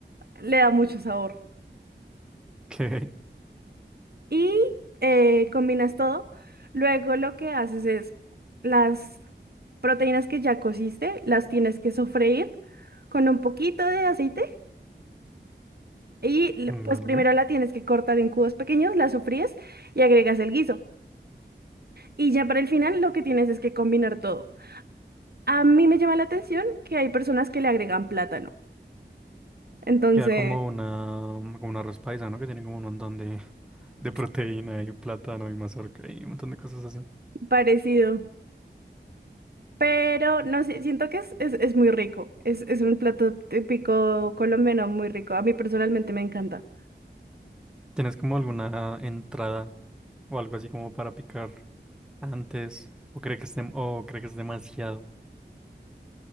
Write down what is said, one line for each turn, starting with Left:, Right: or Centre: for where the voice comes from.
Right: le da mucho sabor.
Centre: ok,
Right: Y eh, combinas todo. Luego lo que haces es las proteínas que ya cociste, las tienes que sofreír con un poquito de aceite Y le-
Centre: vale.
Right: pues primero la tienes que cortar en cubos pequeños, la sofríes y agregas el guiso. Y ya para el final lo que tienes es que combinar todo. A mí me llama la atención que hay personas que le agregan plátano. Entonces,
Centre: Queda como una, como un arroz paisa, ¿no? Que tiene como un montón de, de proteína
Right: Sí.
Centre: y plátano y mazorca y un montón de cosas así.
Right: parecido. Pero no sé, siento que es, es, es muy rico. Es, es un plato típico colombiano muy rico. A mí personalmente me encanta.
Centre: ¿Tienes como alguna entrada o algo así como para picar antes? ¿O crees que es, dem- o cree que es demasiado?